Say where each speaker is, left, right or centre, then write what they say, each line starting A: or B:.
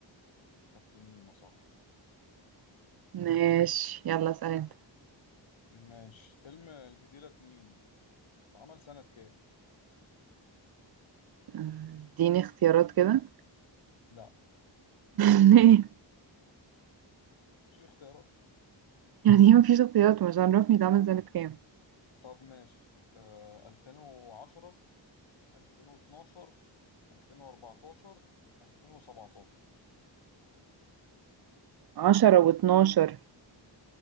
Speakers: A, on the left; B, on the right.
A: كابتن هيما صح
B: ماشي يلا اسال انت
A: ماشي فيلم الجزيره اتنين اتعمل سنه كام
B: آه، اديني اختيارات كده
A: لا
B: <laughs> ليه؟
A: مفيش اختيارات
B: يعني ما فيش اختيارات مش عارفني ده عامل سنه كام
A: طب ماشي آه 2010 2012 2014 2017
B: 10 و12